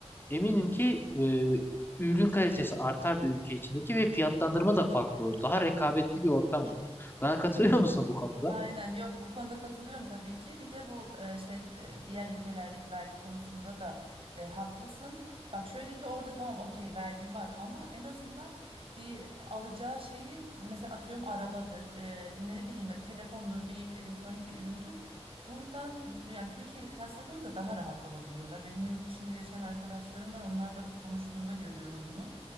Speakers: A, on the left; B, on the right.
A: eminim ki e, ürün kalitesi artardı ülke içindeki ve fiyatlandırma da farklı olur. Daha rekabetli bir ortam olurdu. Bana katılıyor musun bu konuda?
B: Aynen yok bu konuda katılıyorum tabii ki. Bir de bu e, işte e, diğer ülkelerdeki vergi konusunda da e, haklısın. Bak şöyle ki orada tamam okey vergi var ama en azından bir alacağı şeyi mesela atıyorum arabadır, e, ne bileyim ya, telefondur, bir elektronik bir üründür. Buradan bu- yani Türkiye ile kıyasladığımızda daha rahat alabiliyorlar. Benim yurt dışında yaşayan arkadaşlarım var. Onlarla konuştuğumda görüyorum bunu.